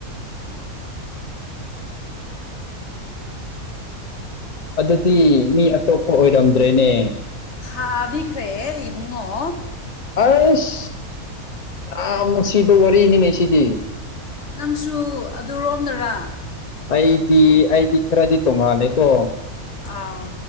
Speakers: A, on the left (about 35°); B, on the left (about 55°).
A: ꯑꯗꯨꯗꯤ ꯃꯤ ꯑꯇꯣꯞꯄ ꯑꯣꯏꯔꯝꯗ꯭ꯔꯦꯅꯦ
B: ꯍꯕꯤꯈ꯭ꯔꯦ ꯏꯕꯨꯡꯉꯣ
A: ꯑꯁ ꯌꯥꯝ ꯁꯤꯗ ꯋꯥꯔꯤꯅꯤ ꯃꯩꯁꯤꯗꯤ
B: ꯅꯪꯁꯨ ꯑꯗꯨꯔꯣꯝꯗꯔꯥ
A: ꯑꯩ ꯑꯩꯗꯤ ꯈꯔꯗꯤ ꯇꯣꯉꯥꯟꯅꯦꯀꯣ
B: ꯑꯥ